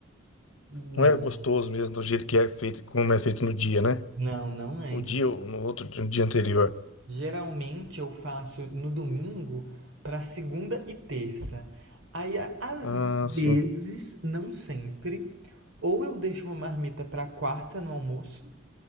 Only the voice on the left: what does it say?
não é gostoso mesmo do jeito que é feito, como é feito no dia, né?
No
dia, ou no outro dia no dia anterior.
Ah,
sim.